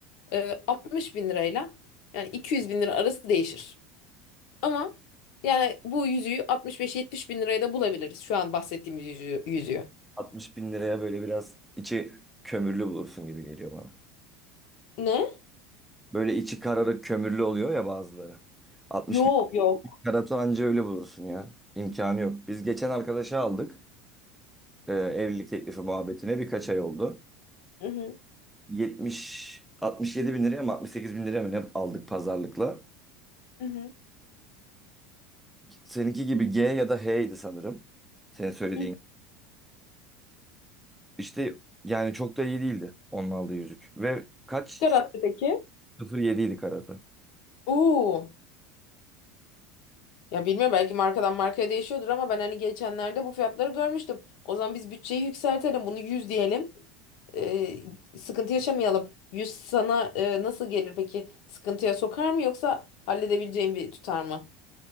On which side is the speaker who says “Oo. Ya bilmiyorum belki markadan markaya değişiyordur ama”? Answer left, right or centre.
Left